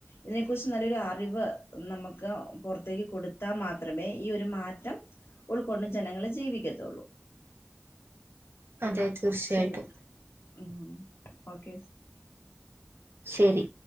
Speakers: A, on the left; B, on the right.
A: ഇതേക്കുറിച്ച് നല്ലൊരു അറിവ് നമ്മെക്ക് പൊറത്തേക്ക് കൊടുത്താൽ മാത്രമേ ഈ ഒരു മാറ്റം. ഉൾക്കൊണ്ട് ജനങ്ങള് ജീവിക്കത്തൊള്ളൂ.
B: അതെ തീർച്ചയായിട്ടും.
A: ശരി ഉം ഓക്കെസ്
B: ശരി